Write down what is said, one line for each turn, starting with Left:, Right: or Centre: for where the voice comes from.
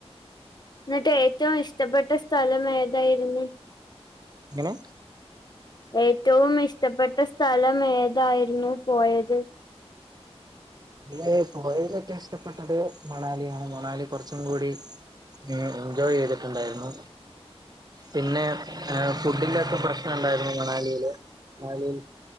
Left: എന്നിട്ട് ഏറ്റവും ഇഷ്ടപ്പെട്ട സ്ഥലം ഏതായിരുന്നു
Right: എങ്ങനെ
Left: ഏറ്റവും ഇഷ്ടപ്പെട്ട സ്ഥലം ഏതായിരുന്നു പോയത്?
Right: അയ്ൽ പോയലൊക്കെ ഇഷ്ടപ്പെട്ടത് മണാലിയാണ് മണാലി കുറച്ചും കൂടി എൻജോയ് ചെയ്തിട്ടുണ്ടായിരുന്നു പിന്നെ ഫുഡിന്റെ ഒക്കെ പ്രശ്നണ്ടായിരുന്നു മണാലിയില് മണാലിയിൽ